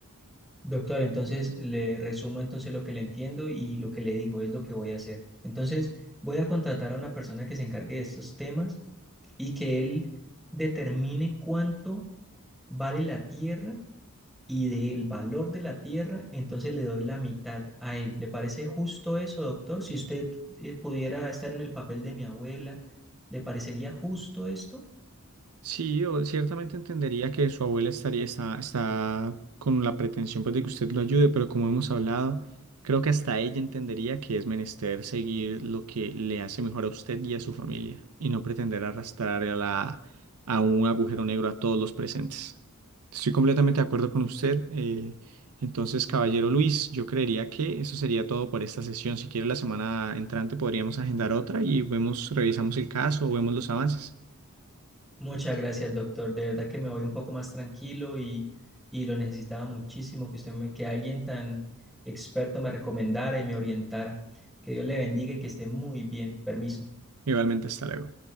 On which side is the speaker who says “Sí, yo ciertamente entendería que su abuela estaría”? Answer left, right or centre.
Right